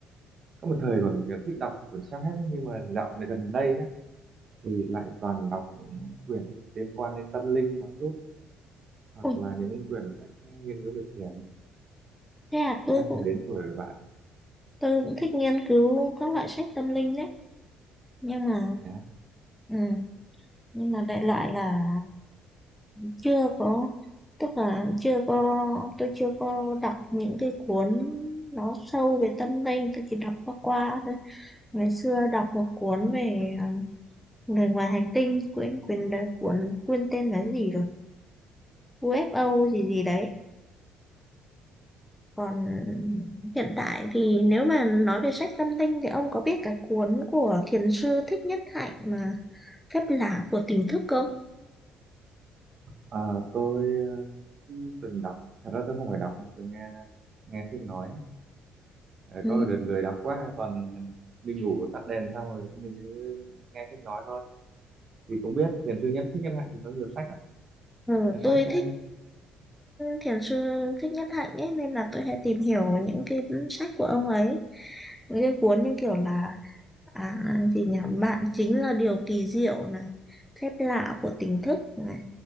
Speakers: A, on the right; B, in the centre.
A: có một thời còn còn thích đọc quyển self-help ấy, nhưng mà dạo này gần đây á, thì lại toàn đọc những quyển liên quan đến tâm linh một chút hoặc
B: Ui,
A: là những quyển sách nghiên cứu về thiền
B: thế à, tôi
A: chắc
B: cũng,
A: là đến tuổi rồi bạn
B: tôi cũng thích nghiên cứu các loại sách tâm linh đấy. Nhưng mà...
A: nhé
B: Ừ, nhưng mà đại loại là chưa có... Tức là chưa có... Tôi chưa có đọc những cái cuốn nó sâu về tâm linh. Tôi chỉ đọc qua qua thôi. Ngày xưa đọc một cuốn về um, người ngoài hành tinh. Quên, quên, đấy, cuốn, quên tên là gì rồi? UFO gì gì đấy Còn hiện tại thì nếu mà nói về sách tâm linh thì ông có biết cái cuốn của thiền sư Thích Nhất Hạnh mà Phép Lạ của Tỉnh Thức không?
A: Ờ, tôi ờ, từng đọc thật ra tôi không phải đọc mà tôi nghe nghe sách nói Ờ,
B: Ừ.
A: có một đợt lười đọc quá còn đi ngủ tắt đèn xong rồi mình cứ nghe sách nói thôi thì cũng biết thiền sư nhất thích nhất hạnh thì có nhiều sách ạ
B: Ừ,
A: Những
B: tôi
A: sách ờ,
B: thích thiền sư Thích Nhất Hạnh ấy nên là tôi hay tìm hiểu những cái sách của ông ấy. Những cái cuốn như kiểu là à, gì nhỉ? Bạn chính là điều kỳ diệu này, Phép Lạ của Tỉnh Thức này,